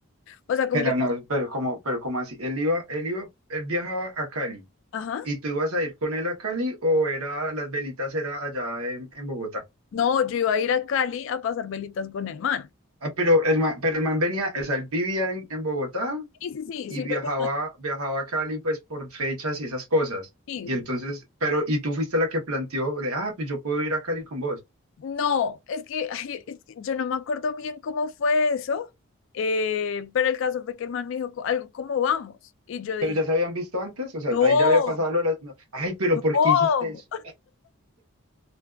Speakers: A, on the left (about 65°); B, on the right (about 85°).
A: O sea, como
B: Pero
A: que,
B: no, pero como, pero como así, él iba, él iba, él viajaba a Cali
A: ajá,
B: ¿Y tú ibas a ir con él a Cali o era las velitas era allá en, en Bogotá?
A: no, yo iba a ir a Cali a pasar velitas con el man.
B: Ah, pero el man, pero el man venía, o sea, él vivía en, en Bogotá
A: Sí, sí, sí,
B: y
A: sí,
B: viajaba,
A: porque
B: viajaba a Cali pues por fechas y esas cosas.
A: sí,
B: Y entonces, pero, y tú fuiste la que planteó de, ah, pues yo puedo ir a Cali con vos.
A: No, es que, ay, es que yo no me acuerdo bien cómo fue eso, eh, pero el caso fue que el man me dijo co- algo, ¿cómo vamos? Y yo dije,
B: Pero ya se habían visto antes, o sea,
A: no,
B: ahí ya había pasado lo de las... no, Ay, pero
A: no,
B: ¿por qué hiciste eso?